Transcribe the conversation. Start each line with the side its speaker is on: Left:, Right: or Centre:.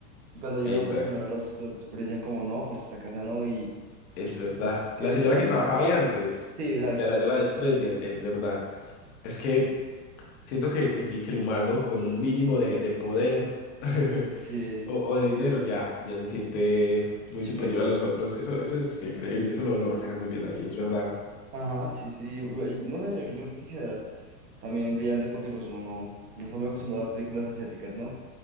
Right: Y cuando llegan
Left: exacto.
Right: otras señoras, los, los desprecian como, no, pues esta casa no, y,
Left: Es verdad.
Right: y pues qué,
Left: La señora
Right: si también
Left: que trabajaba
Right: son.
Left: ahí antes,
Right: Sí, exacto.
Left: ya la, ya la desprecian, es verdad. Es que siento que, que sí, que el humano con un mínimo de, de poder <laughs>
Right: Sí,
Left: o, o de dinero ya, ya se siente muy
Right: se
Left: superior
Right: crece.
Left: a los otros. Eso, eso es increíble, eso lo, lo reflejan muy bien ahí, es verdad.
Right: Ajá, sí, sí. y- y No sé, yo creo que en general. También brillante porque pues uno no, no está muy acostumbrado a ver películas asiáticas, ¿no?